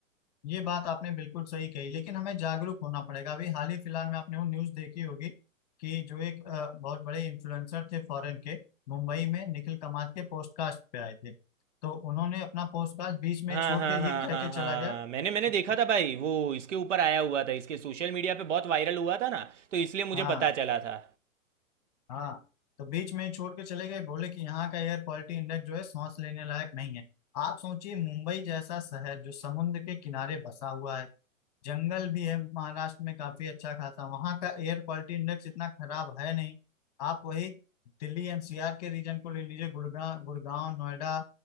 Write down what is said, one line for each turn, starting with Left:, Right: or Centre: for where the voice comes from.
Left: ये बात आपने बिल्कुल सही कही लेकिन हमें जागरूक होना पड़ेगा अभी हाल ही फिलहाल में आपने वो न्यूज़ देखी होगी कि जो एक अ, बहुत बड़े इन्फ्लुएंसर थे फॉरेन के मुंबई में निखिल कमात के पॉडकास्ट पे आए थे तो उन्होंने अपना पॉडकास्ट बीच में
Right: हाँ
Left: छोड़
Right: हाँ
Left: के
Right: हाँ
Left: ये कह
Right: हाँ
Left: के चला
Right: हाँ
Left: गया
Right: मैंने मैंने
Left: कि
Right: देखा था भाई वो इसके ऊपर आया हुआ था इसके सोशल मीडिया पे बहुत वायरल हुआ था ना तो इसलिए मुझे
Left: हाँ
Right: पता चला था
Left: हाँ तो बीच में छोड़ के चले गए बोले कि यहाँ का एयर क्वालिटी इंडेक्स जो है सांस लेने लायक नहीं है आप सोचिए मुंबई जैसा शहर जो समुद्र के किनारे बसा हुआ है जंगल भी है महाराष्ट्र में काफी अच्छा खासा वहाँ का एयर क्वालिटी इंडेक्स इतना खराब है नहीं आप वही दिल्ली एनसीआर के रीजन को ले लीजिए गुड़गांव गुड़गांव नोएडा